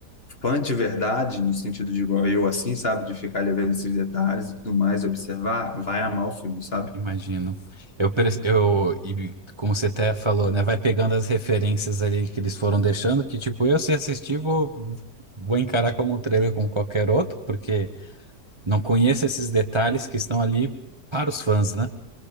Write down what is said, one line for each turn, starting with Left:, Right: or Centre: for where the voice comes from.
Left: fã de verdade, no sentido de igual eu, assim, sabe? De ficar ali vendo esses detalhes e tudo mais, observar, vai amar o filme, sabe?
Right: imagino. Eu, pre- eu, e como você até falou, né? Vai pegando as referências ali que eles foram deixando, que tipo, eu se assistir, vou, vou encarar como um trailer como qualquer outro, porque não conheço esses detalhes que estão ali para os fãs, né?